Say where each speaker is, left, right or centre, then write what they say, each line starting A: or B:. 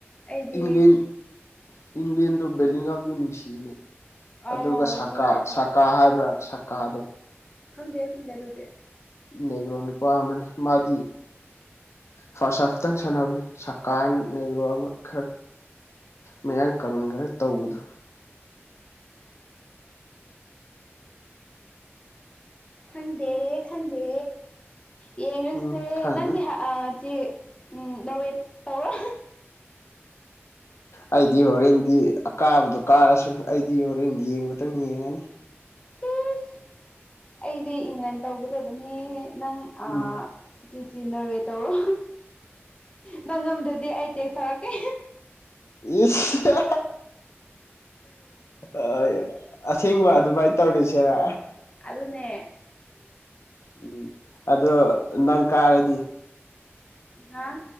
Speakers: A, on the left (about 25°); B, on the left (about 80°).
A: ꯑꯩꯗꯤ
B: ꯏꯪꯂꯦꯟ ꯏꯪꯂꯦꯟꯗꯣ ꯕꯦꯂꯤꯡꯉꯝꯗ ꯅꯨꯡꯁꯤꯅꯦ ꯑꯗꯨꯒ
A: ꯑꯥꯎ
B: ꯁꯀꯥ
A: ꯍꯣꯏ ꯍꯣꯏ
B: ꯁꯀꯥ ꯍꯥꯏꯕ꯭ꯔꯥ ꯁꯀꯥꯗꯨꯣ
A: ꯈꯪꯗꯦ ꯈꯪꯗꯦ ꯑꯗꯨꯗꯤ
B: ꯅꯦꯒ꯭ꯔꯣ ꯅꯨꯄꯥ ꯑꯃꯅꯤ ꯃꯥꯗꯤ ꯐꯥꯔꯁꯍꯥꯞꯇꯪ ꯁꯥꯟꯅꯕꯅꯤ ꯁꯀꯥ ꯍꯥꯏꯅ ꯅꯦꯒꯔꯣ ꯑꯃ ꯈꯔ ꯃꯌꯥꯡ ꯀꯪꯒ꯭ꯔꯦꯅ ꯇꯧꯕꯗꯣ
A: ꯈꯪꯗꯦ ꯈꯪꯗꯦ ꯌꯦꯡꯔꯁꯦ
B: ꯎꯝ ꯈꯪꯉꯦ
A: ꯅꯪꯗꯤ ꯍꯥ ꯑꯥ ꯆꯦ ꯅꯧꯔꯦꯠ ꯇꯧꯔꯣ
B: ꯑꯩꯗꯤ ꯍꯣꯔꯦꯟꯗꯤ ꯑꯀꯥꯕꯗꯣ ꯀꯥꯔꯁꯨꯅꯨ ꯑꯩꯗꯤ ꯍꯣꯔꯦꯟ ꯌꯦꯡꯕꯗꯪ ꯌꯦꯡꯉꯅꯤ
A: ꯆꯤꯁ ꯑꯩꯗꯤ ꯏꯪꯂꯦꯟ ꯇꯧꯒꯗꯕꯅꯦ ꯅꯪ
B: ꯎꯝ
A: ꯑꯥ ꯖꯤ ꯖꯤ ꯅ꯭ꯔꯋꯦ ꯇꯧꯔꯣ ꯅꯪ ꯉꯝꯗ꯭ꯔꯗꯤ ꯑꯩ ꯇꯦꯛꯁ ꯊꯥꯔꯛꯀꯦ
B: ꯏꯠꯁ ꯑꯥꯌꯥ ꯑꯁꯦꯡꯕ ꯑꯗꯨꯃꯥꯏ ꯇꯧꯔꯁꯤꯔꯥ
A: ꯑꯗꯨꯅꯦ
B: ꯎꯝ ꯑꯗꯣ ꯅꯪ ꯀꯥꯔꯗꯤ
A: ꯍꯥꯥ